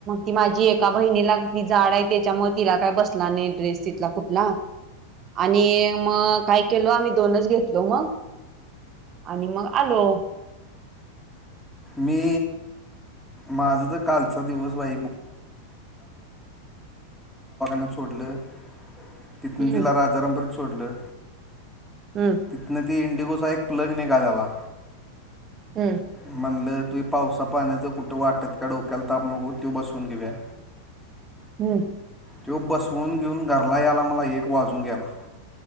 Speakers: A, on the right; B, in the centre.
A: ती माझी एका बहिणीला ती जाड आहे. त्याच्यामुळे तिला काय बसला नाही ड्रेस तिथला कुठला. आणि मग काय केलो आम्ही दोनच घेतलो मग आणि मग आलो.
B: मी माझा तर कालचा दिवस बाई म्हटलं तिथन
A: हम्म
B: तिला राजाराम पुरीत सोडलं
A: हम्म
B: तिथन ती ईकोचा एक प्लग निघालेला
A: हम्म
B: म्हणल त्यो पावसा पाण्याचं कुठं वाटत का डोक्याला ताप नको त्यो बसवून घेऊया
A: हम्म
B: त्यो बसवून घेऊन घरला याला मला एक वाजून गेला